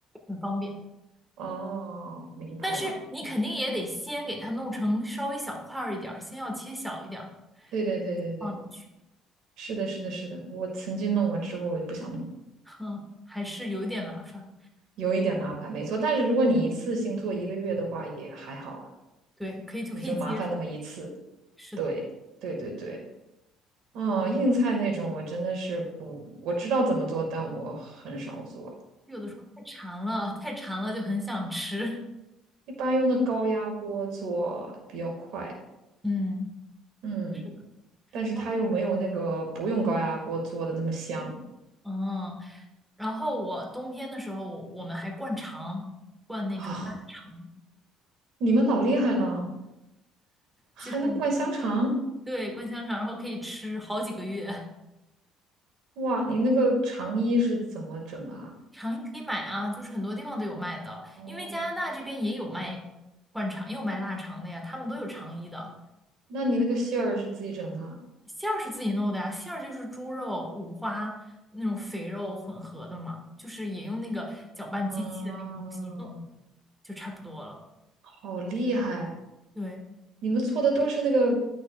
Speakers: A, in the centre; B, on the right.
A: 很方便。
B: 哦，明白了。
A: 但是你肯定也得先给它弄成稍微小块儿一点儿，先要切小一点儿
B: 对对对对对，
A: 放进去，
B: 是的，是的，是的。我曾经弄过之后，我就不想弄了，
A: <laughs> 嗯，还是有一点麻烦。
B: 有一点麻烦，没错。但是如果你一次性做一个月的话，也还好了，
A: 对，可以就可以接受。
B: 也就麻烦那么一次。
A: 是的，
B: 对，对对对。嗯，硬菜那种我真的是不，我知道怎么做，但我很少做，
A: 有的时候太馋了，太馋了就很想吃。<laughs>
B: 一般用的高压锅做比较快。
A: 嗯，
B: 嗯，
A: 是的。
B: 但是它又没有那个不用高压锅做的那么香
A: 哦，嗯，然后我冬天的时候，我们还灌肠，灌那种腊肠。
B: 啊。你们老厉害了，还能灌香肠？
A: 就是。对，灌香肠，然后可以吃好几个月。
B: 哇，你那个长衣是怎么整的啊？
A: 肠衣可以买啊，就是很多地方都有卖的，
B: 哦，
A: 因为加拿大这边也有卖灌肠，也有卖腊肠的呀，他们都有肠衣的。
B: 那你那个馅儿是自己整的啊？
A: 馅儿是自己弄的呀，馅儿就是猪肉、五花那种肥肉混合的嘛，就是也用那个搅拌机器的那个东西一弄
B: 啊，
A: 就差不多了。
B: 好厉害！
A: 对
B: 你们做的都是那个